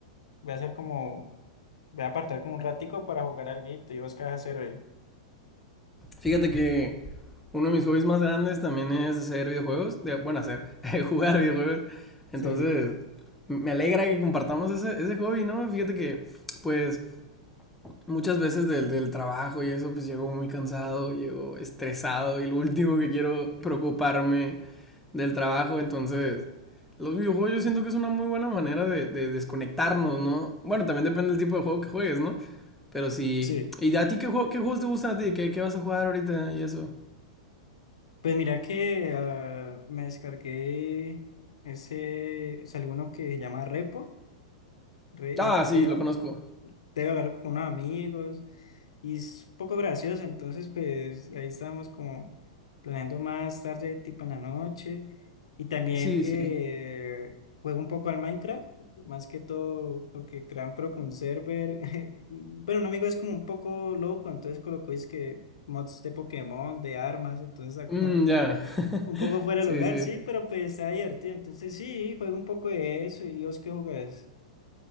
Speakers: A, on the left; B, in the centre.
A: voy a hacer como, voy a apartar como un ratico para jugar alguito. ¿Y vos qué vas a hacer hoy?
B: Fíjate que uno de mis hobbies más grandes también es hacer videojuegos. de- bueno, hacer, <laughs> jugar videojuegos.
A: Sí,
B: Entonces, me alegra que compartamos ese, ese hobby, ¿no? Fíjate que, pues, muchas veces del, del trabajo y eso, pues llego muy cansado, llego estresado y lo último que quiero preocuparme del trabajo, entonces los videojuegos yo siento que es una muy buena manera de, de desconectarnos, ¿no? Bueno, también depende del tipo de juego que juegues, ¿no? Pero sí.
A: sí.
B: ¿Y a ti qué, juego- qué juegos te gustan a ti? ¿Qué, qué vas a jugar ahorita y eso?
A: Pues mira que ah, me descargué ese, salió uno que se llama Repo, Repo.
B: Ah, sí, lo conozco.
A: debe hablar con unos amigos y es un poco gracioso, entonces pues ahí estábamos como planeando más tarde, tipo en la noche, y también
B: Sí,
A: eh,
B: sí.
A: juego un poco al Minecraft, más que todo porque crearon creo que un server, <laughs> y, pero un amigo es como un poco loco, entonces colocó es que mods de Pokémon, de armas, entonces está como
B: Mm, ya.
A: un poco fuera
B: Sí,
A: de lugar,
B: sí.
A: sí, pero pues está divertido, entonces sí, juego un poco de eso, y vos qué jugás,